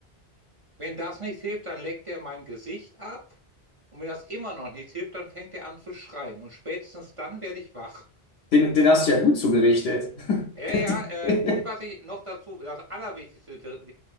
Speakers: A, on the right; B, on the left.
A: Wenn das nicht hilft, dann leckt er mein Gesicht ab. Und wenn das immer noch nicht hilft, dann fängt er an zu schreien. Und spätestens dann werde ich wach.
B: Den, den hast du ja gut zugerichtet. <laughs>
A: Ja, ja, äh, und was ich noch dazu, das Allerwichtigste,